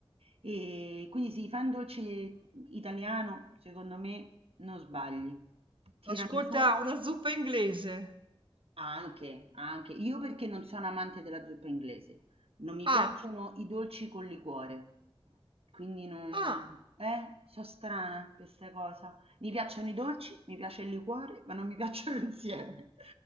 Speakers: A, on the right; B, on the right.
A: E quindi sì, fai un dolce italiano, secondo me non sbagli. Tiramisù
B: Ascolta, una zuppa inglese.
A: anche, anche. Io perché non sono amante della zuppa inglese, non mi
B: Ah,
A: piacciono i dolci col liquore, quindi non...
B: ah.
A: Eh, so strana per questa cosa. Mi piacciono i dolci, mi piace il liquore, ma non mi piacciono <laughs> insieme.